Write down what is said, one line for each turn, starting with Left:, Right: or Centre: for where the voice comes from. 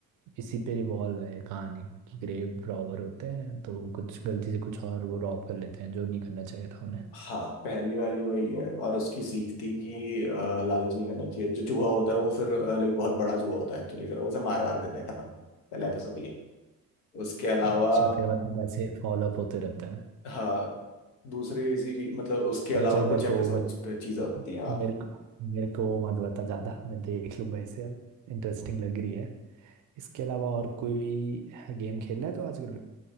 Right: इसी पे रिवॉल्व है ये कहानी कि ग्रेव रॉबर होते हैं तो कुछ गलती से कुछ और वो रॉब कर लेते हैं जो नहीं करना चाहिए था उन्हें
Left: हाँ पहली वाली वही है और उसकी सीख थी कि अ, लालच नहीं करना चाहिए जो चूहा होता है वो फिर लाइक बहुत बड़ा चूहा होता है एक्चुअली फिर वो उसे मार मार देता है खत्म पहला एपिसोड ये उसके अलावा
Right: अच्छा फिर मतलब ऐसे फॉलो अप होते रहते हैं
Left: हाँ दूसरी सीरीज मतलब उसके अलावा
Right: चल चल
Left: कुछ
Right: मेरे को
Left: एपिसोड्स
Right: वो मत
Left: पे चीजें होती हैं और
Right: मेरे को मेरे को वो मत बता ज्यादा मैं देख लूंगा इसे अब इंटरेस्टिंग लग रही है इसके अलावा और कोई गेम खेल रहा है तो आजकल